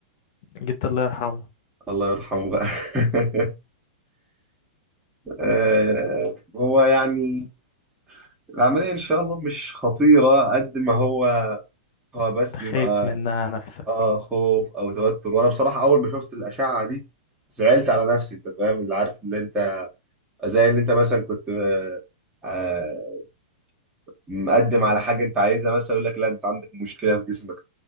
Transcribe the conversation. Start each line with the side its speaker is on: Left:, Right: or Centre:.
Left: جدي الله يرحمه
Right: الله يرحمه بقى <laughs> آه، هو يعني العملية ان شاء الله مش خطيرة قد ما هو هو بس
Left: انت
Right: بيبقى
Left: خايف منها نفسك
Right: اه خوف او توتر وانا بصراحة اول ما شفت الاشعة دي زعلت على نفسي انت فاهم اللي عارف اللي انت زي ان انت مثلا كنت آه، آه، مقدم على حاجه انت عايزها مثلا يقول لك لا انت عندك مشكله في جسمك